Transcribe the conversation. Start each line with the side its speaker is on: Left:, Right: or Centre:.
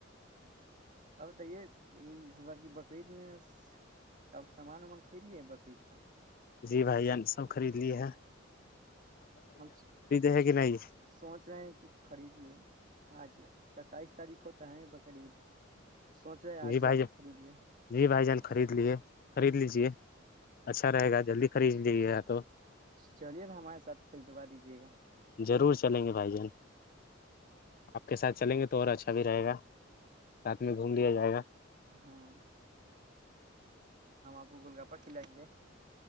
Right: اب بتائیے اس بار کی بقرریید میںب سامان وامان خرید لے بقرریید
Left: جی بھائی سب خرید لیے ہے
Right: ہم
Left: ہیں کہ نہیں
Right: سوچ رہے ہیں کہ خرید لے آج س تائیس تاریخ کو تو ہے بقرعید سوچ رہے ہیں آج
Left: جی
Right: جا
Left: بھائی جان
Right: کے خرید لے
Left: جی بھائی جان خرید لیے خرید لیجیے اچھا رہے گا جلدی خرید جی گیا تو <unintelligible>
Right: چلیے نا ہمارے ساتھ خریدوا دیجیے گا
Left: ضرور چلیں گے بھائی جان آپ کے ساتھ چلیں گے تو اور اچھا بھی رہے گا ساتھ میں دیا جائے گا
Right: ہاں ہم آپ کو گل گاپا کھلائیں گے